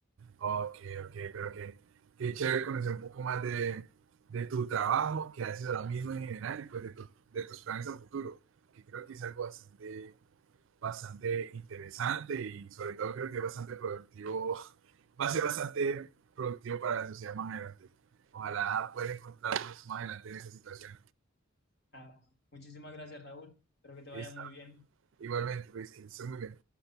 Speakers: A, on the right (about 65°); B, on the left (about 55°).
A: Ok, ok, pero que qué chévere conocer un poco más de, de tu trabajo que haces ahora mismo en general y pues de, tu- de tus planes a futuro, que creo que es algo bastante, bastante interesante y sobre todo creo que es bastante productivo, <laughs> va a ser bastante productivo para la sociedad más adelante. Ojalá puedan encontrarnos más adelante en esa situación.
B: <laughs> Muchísimas gracias, Raúl. Espero que te vaya
A: Listo.
B: muy bien.
A: Igualmente, pues, que estés muy bien.